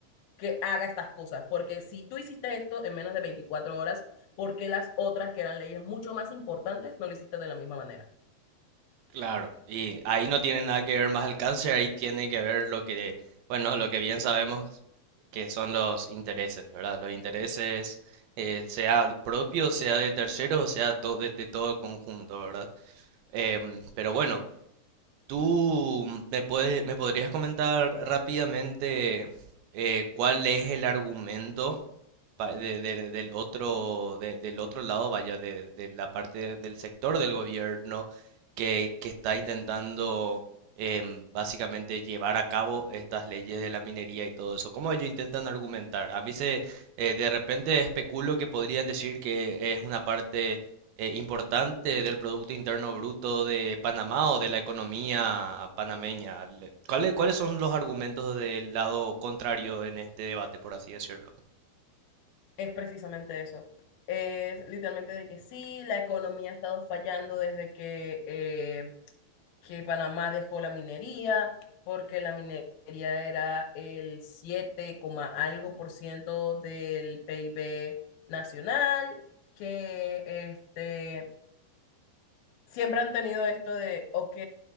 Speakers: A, on the left; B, on the right.
A: que haga estas cosas, porque si tú hiciste esto en menos de 24 horas, ¿por qué las otras que eran leyes mucho más importantes no lo hiciste de la misma manera?
B: Claro. Y ahí no tiene nada que ver más el cáncer, ahí tiene que ver lo que, bueno, lo que bien sabemos que son los intereses, ¿verdad? Los intereses, eh, sea propio, sea de terceros, sea to- de, de todo el conjunto, ¿verdad? Em, pero bueno. ¿Tú me puede- me podrías comentar rápidamente eh, cuál es el argumento? pa- de- de- del otro, de- del otro lado, vaya, de, de la parte del sector del gobierno que, que está intentando em, básicamente llevar a cabo estas leyes de la minería y todo eso. ¿Cómo ellos intentan argumentar? A mí se, eh, de repente especulo que podrían decir que es una parte eh, importante del Producto Interno Bruto de Panamá o de la economía panameña. Le- ¿Cuáles, cuáles son los argumentos del lado contrario en este debate, por así decirlo?
A: es precisamente eso. Es literalmente de que sí, la economía ha estado fallando desde que, eh, que Panamá dejó la minería, porque la minería era el 7 coma algo por ciento del PIB nacional, que este, siempre han tenido esto de, ok,